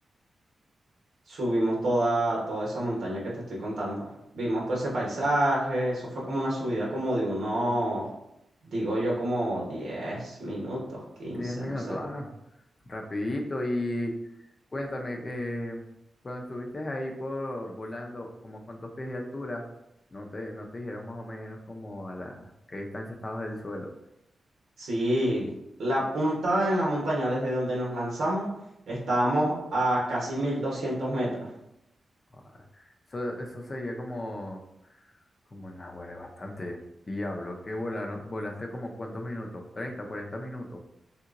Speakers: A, on the right (about 80°); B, on the left (about 40°).
A: Subimos toda, toda esa montaña que te estoy contando. Vimos todo ese paisaje, eso fue como una subida como de unos, digo yo, como 10 minutos, 15
B: Diez minutos,
A: no sé.
B: ah, rapidito. Y cuéntame, eh, cuando estuviste ahí por volando, como cuántos pies de altura, no te, no te dijeron más o menos como a la qué distancia estabas del suelo.
A: Sí, la punta en la montaña desde donde nos lanzamos, estábamos a casi 1200 metros.
B: Ah, Eso, eso sería como, como una hueva, bastante. Diablo, que volaron, volaste como cuántos minutos, treinta cuarenta minutos,